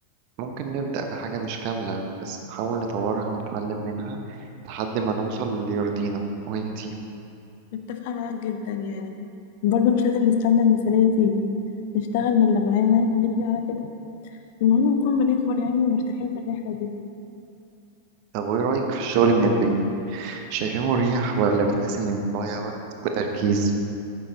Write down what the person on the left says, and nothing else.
متفقة معاك جدا يعني برضه مش لازم نستنى المثالية تيجي نشتغل من اللي معانا ونبني على كده المهم نكون بنكبر يعني ومرتاحين في الرحلة دي